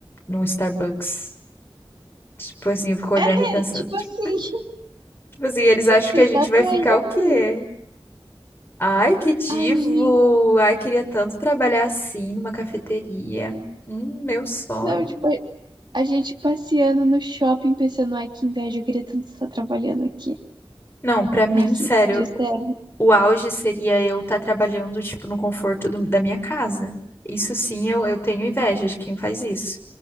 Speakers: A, on the left; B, on the right.
A: no Starbucks. Tipo assim, eu fico olhando
B: É,
A: e pensando,
B: tipo
A: tipo,
B: assim, <laughs>
A: tipo assim, eles acham
B: que
A: que
B: está
A: a gente vai
B: saindo
A: ficar o
B: assim.
A: quê? Ai, que divo!
B: Ai, gente.
A: Ai, queria tanto trabalhar assim numa cafeteria. Hum, meu sonho.
B: Não, tipo, a gente passeando no shopping pensando, ai, que inveja, eu queria tanto estar trabalhando aqui.
A: Não, pra mim,
B: Ai,
A: sério,
B: que inveja, sério.
A: O auge seria eu estar trabalhando, tipo, no conforto do- da minha casa. Isso sim, eu, eu tenho inveja de quem faz isso.